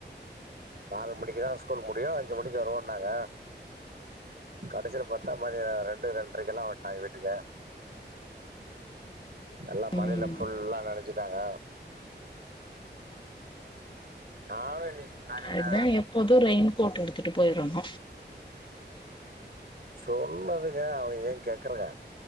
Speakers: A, on the right (about 60°); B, on the left (about 25°).
A: நாலு மணிக்கு தான் ஸ்கூல் முடியும் அஞ்சு மணிக்கு வருவோம் நாங்க கடைசியில பாத்தா மதியம் ரெண்டு ரெண்டரைக்கு எல்லாம் வந்ட்டாங்க வீட்டுக்கு எல்லாம்
B: ம்
A: மழையில ஃபுல்லா நெனச்சிட்டாங்க நானு இன்னைக்கு காலையில்
B: அதான் எப்போதும் ரெயின் கோட்டு எடுத்துட்டு போயிரணும்
A: சொன்னதுக்கு அவா எங்க கேக்குறா